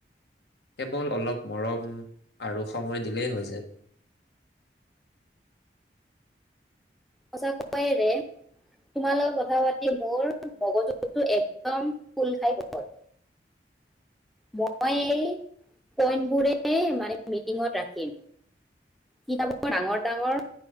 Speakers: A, on the left; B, in the centre.
A: কেৱল অলপ, মৰম আৰু সময় দিলেই হৈ যায়।
B: সঁচাকৈয়ে ৰে তোমাৰ লগত কথা পাতি মোৰ মগজুটো একদম ফুল খাই গল। মই এই পইণ্ট বোৰে মানে মিটিঙত ৰাখিম কিতাপৰ ডাঙৰ ডাঙৰ